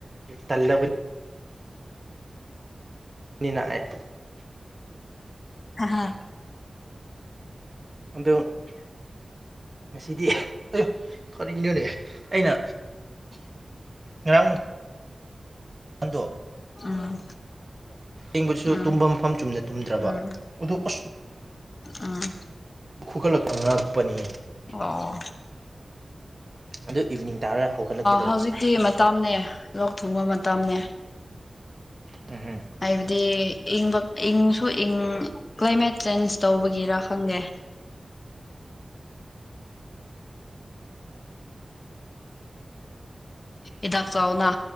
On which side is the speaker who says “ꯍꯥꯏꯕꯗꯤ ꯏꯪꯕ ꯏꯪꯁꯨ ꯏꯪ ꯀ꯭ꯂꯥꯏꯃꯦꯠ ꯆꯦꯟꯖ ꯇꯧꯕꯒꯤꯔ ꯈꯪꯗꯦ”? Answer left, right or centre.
Left